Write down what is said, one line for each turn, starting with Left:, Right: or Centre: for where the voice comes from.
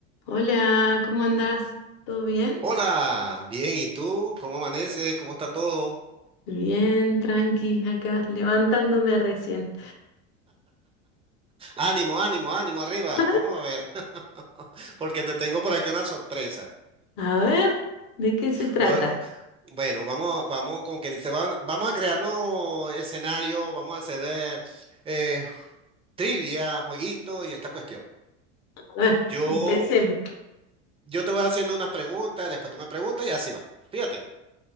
Left: Hola, ¿cómo andás? ¿Todo bien?
Right: Hola, bien, ¿y tú? ¿Cómo amaneces? ¿Cómo está todo?
Left: Bien, tranqui, acá levantándome recién.
Right: Ánimo, ánimo, ánimo, arriba.
Left: <laughs>
Right: Vamos a ver, <laughs> porque te tengo por aquí una sorpresa.
Left: A ver, ¿de qué se trata?
Right: Hoy- o- bueno, vamos, vamos, como que dice, va- vamos a crearnos escenario, vamos a hacer eh, eh, trivia, jueguito y esta cuestión.
Left: A ver,
Right: Yo,
Left: empecemos.
Right: yo te voy haciendo unas preguntas, después tú me preguntas y así va. Fíjate,